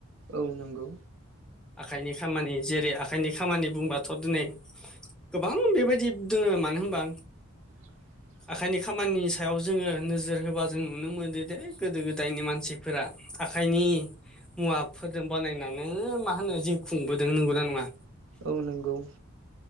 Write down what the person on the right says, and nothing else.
औ नोंगौ
<inaudible>
औ नोंगौ